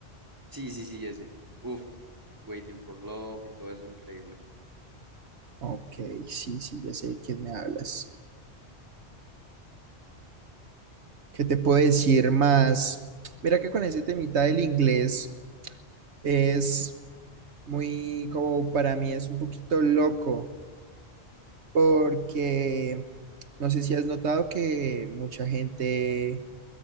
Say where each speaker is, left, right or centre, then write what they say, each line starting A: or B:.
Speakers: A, on the right; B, on the right.
A: Sí, sí, sí, ese. Uf, Waiting for Love y todo eso, increíble.
B: Ok, sí, sí, ya sé de quién me hablas. ¿Qué te puedo decir más? Mira que con ese temita del inglés es muy, como para mí es un poquito loco, porque no sé si has notado que mucha gente